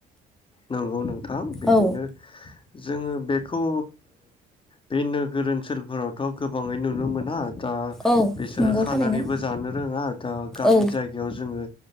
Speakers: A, on the left (about 30°); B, in the centre.
A: औ औ नोंथ थाम बिदिनो
B: औ
A: जोङो बेखौ बे नोगोर ओनसोलफोरावथ' गोबाङै नुनो मोना दा
B: औ
A: बिसोरो
B: नंगौ
A: खानानैबो
B: थारैनो
A: जानो रोङा दा गामि
B: औ
A: जायगायाव जोङो